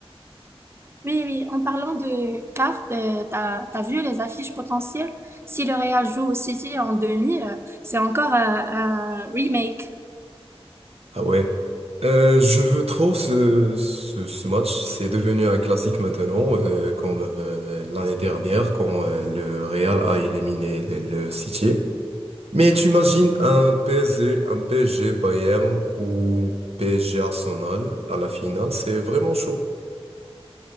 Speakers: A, on the right; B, on the right.
A: Oui, oui, en parlant de cartes, euh, t'as, t'as vu les affiches potentielles? Si le Real joue au City en demi, euh, c'est encore euh, un remake.
B: Ah ouais. Euh, je veux trop ce, ce, ce match. C'est devenu un classique maintenant, euh, comme euh, l'année dernière quand euh, le Real a éliminé le, le City. Mais tu imagines un PSG, un PSG Bayern ou PSG Arsenal à la finale, c'est vraiment chaud.